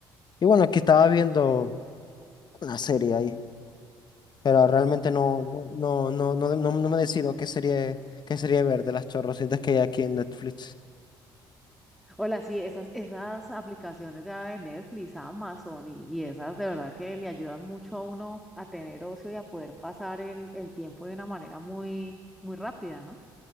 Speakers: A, on the left (about 45°); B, in the centre.
A: Y bueno, aquí estaba viendo una serie ahí, pero realmente no, no, no, no, no, no- no me decido qué serie, qué serie ver de las chorrocientas que hay aquí en Netflix.
B: Hola, sí, esas, esas aplicaciones ya de Netflix, Amazon y, y esas de verdad que le ayudan mucho a uno a tener ocio y a poder pasar el, el tiempo de una manera muy, muy rápida, ¿no?